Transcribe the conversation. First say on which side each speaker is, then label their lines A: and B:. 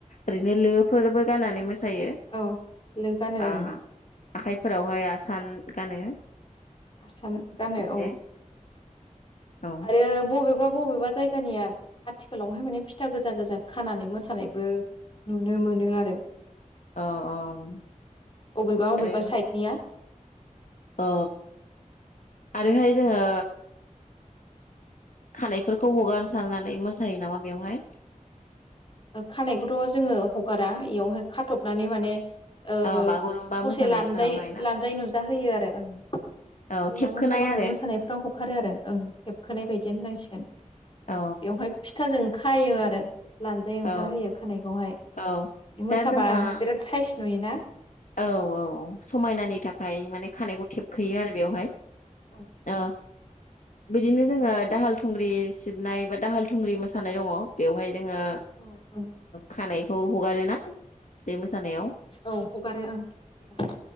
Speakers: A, on the left (about 70°); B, on the left (about 40°).
A: ओरैनो लोफोरबो गाननानै मोसा मोसायो
B: औ लो गानो
A: आं
B: ओं
A: आखाइफोरावहाय आसान गानो
B: आसान गानो
A: एसे
B: औ
A: औ
B: आरो बबेबा बबेबा जायगानिया आथिखालावहाय माने फिथा गोजा गोजा खानानै मोसानायबो नुनो मोनो आरो
A: औ औ
B: अबेबा अबेबा
A: आरो
B: साइडनिया
A: औ आरोहाय जोङो खानायफोरखौ हगारसारनानै मोसायो नामा बेवहाय
B: खानायखौथ' जोङो हगारा बेयावहाय खाथबनानै माने ओ
A: औ बागुरुम्बा
B: ससे
A: मोसानायफोरावहाय
B: लानजाय
A: ना
B: लानजाय नुजाहोयो आरो ओं जोंना
A: औ थेबखोनाय
B: मोसाग्लांनाय
A: आरो
B: मोसानायफ्राव हखारो आरो ओं थेबखोनाय बायदिनो होननांसिगोन
A: औ
B: ओ बेवहाय फिथाजों खायो आरो ला ओंखारहोयो
A: औ
B: खानायखौहाय
A: औ
B: मोसाबा
A: दा जोंहा
B: बिराद साइस नुयोना?
A: औ औ समायनानि
B: औ
A: थाखाय माने खानायखौ थेबखोयो आरो बेवहाय
B: औ
A: अ । बिदिनो जोङो दाहाल थुंग्रि सिबनाय बा दाहाल थुंग्रि मोसानाय दङ बेवहाय जोङो
B: औ औ
A: खानाय हगारोना बे मो जानायाव
B: औ हगारो ओं ।